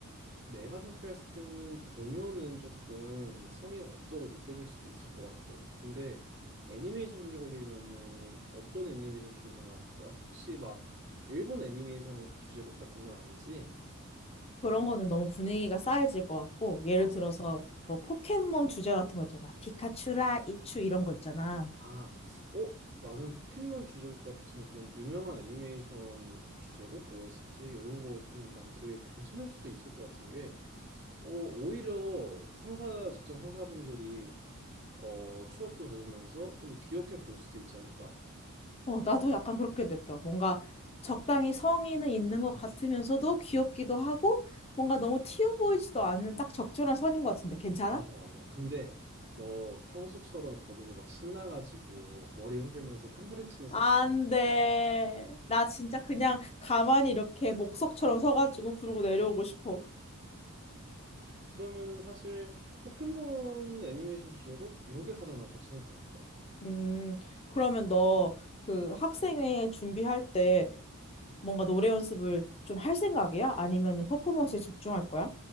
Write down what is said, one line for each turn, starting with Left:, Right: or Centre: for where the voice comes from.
Right: 내가 생각했을 때는 동요는 조금 성의가 없다고 느껴질 수도 있을 것 같아. 근데 애니메이션 주제곡이면은 어떤 애니메이션 주제곡 말하는 거야? 혹시 막 일본 애니메이션 주제곡 같은 건 아니지?
Left: 그런 거는 너무 분위기가 싸해질 것 같고, 예를
Right: 어,
Left: 들어서 뭐 포켓몬 주제 같은 거 있잖아. 피카츄라 이츄 이런 거 있잖아.
Right: 아, 어, 나는 포켓몬 주제곡 같은 그런 유명한 애니메이션 주제곡, OST 이런 거는 난 되게 괜찮을 수도 있을 것 같은 게, 어, 오히려 상사 직장 상사분들이 어, 추억도 젖으면서 좀 귀엽게 볼 수도 있지 않을까?
Left: 어, 나도 약간 그렇게 느껴. 뭔가 적당히 성의는 있는 것 같으면서도 귀엽기도 하고, 뭔가 너무 튀어 보이지도 않는 딱 적절한 선인 것 같은데, 괜찮아?
Right: 맞아, 맞아. 근데 너 평소처럼 거기서 막 신나가지고 머리 흔들면서 탬버린 치면서
Left: 안
Right: 막 그러면
Left: 돼.
Right: 안 돼.
Left: 나 진짜 그냥 가만히 이렇게 목석처럼 서가지고 부르고 내려오고 싶어.
Right: 그러면은 사실 포켓몬 애니메이션 주제곡 요게 가장 난 괜찮을 것 같다.
Left: 음, 그러면 너 그 학생회 준비할 때 뭔가 노래 연습을 좀 할 생각이야? 아니면은 퍼포먼스에 집중할 거야?